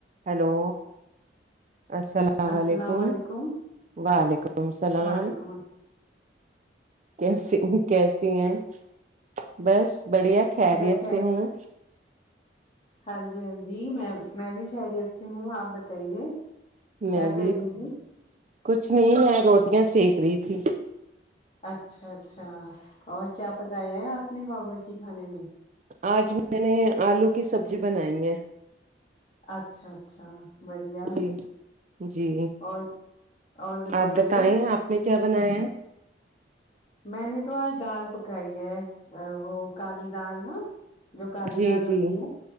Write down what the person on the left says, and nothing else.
السلام
علیکم
وعلیکم السلام
میں خیر
ہاں جی ہاں جی میں میں بھی کھیریت سے ہوں آپ بتائیے
کیا کر
رہی تھی
اچھا اچھا اور کیا پکایا ہے آپ نے باورچی کھانے میں
اچھا اچھا بڑھیا
اور اور بتائیے
میں نے تو آج دال پکائی ہے وہ کالی دال نا جو کالی
دال ہوتی
ہے